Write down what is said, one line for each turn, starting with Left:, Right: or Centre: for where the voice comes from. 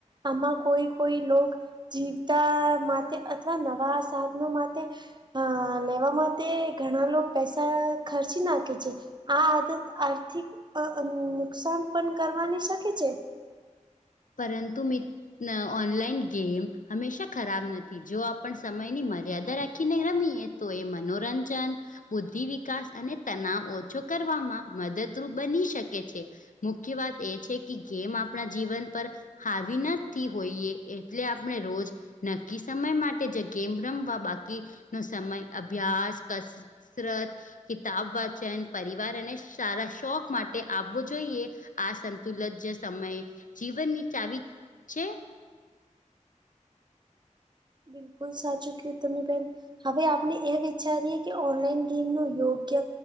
Right: આમાં કોઈ કોઈ લોગ જીવતા માટે અથવા નવા સાધનો માટે હ લેવા માટે ઘણા લોકો પૈસા ખર્ચી નાખે છે. આ આદત આર્થિક અ નુકસાન પણ કરવાની શકે છે
Left: પરંતુ મિત્ર ઓનલાઈન ગેમ હંમેશા ખરાબ નથી જો આપ સમયની મર્યાદા રાખીને રમીએ તો એ મનોરંજન બુદ્ધિ વિકાસ અને તનાવ ઓછો કરવામાં મદદરૂપ બની શકે છે. મુખ્ય વાત એ છે કે ગેમ આપણા જીવન પર હાવી નાથી હોઈએ એટલે આપણે રોજ નક્કી સમય માટે જે ગેમ રમવા બાકીનો સમય અભ્યાસ કસરત કિતાબ વાચન પરિવાર અને સારા શોખ માટે આવવો જોઈએ આ સંતુલન જ સમયે જીવન ની ચાવી છે
Right: બિલકુલ સાચું કયું તમે બેન હવે આપણે એ વિચારીએ કે ઓનલાઈન ગેમ નો યોગ્ય